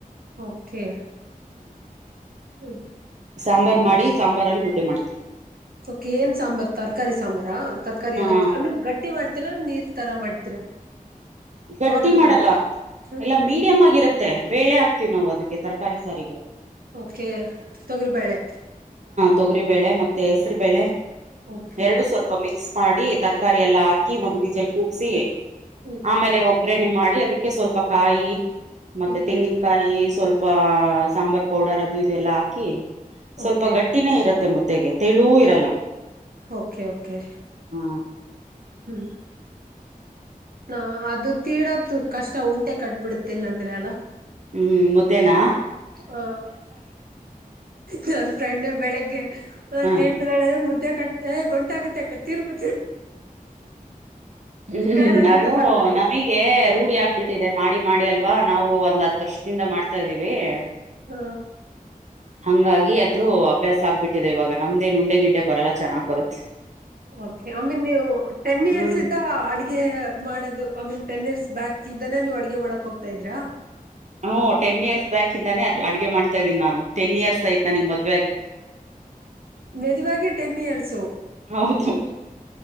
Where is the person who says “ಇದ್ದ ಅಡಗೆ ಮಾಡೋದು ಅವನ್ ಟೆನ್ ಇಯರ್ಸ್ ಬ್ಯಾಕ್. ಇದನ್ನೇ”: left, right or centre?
Right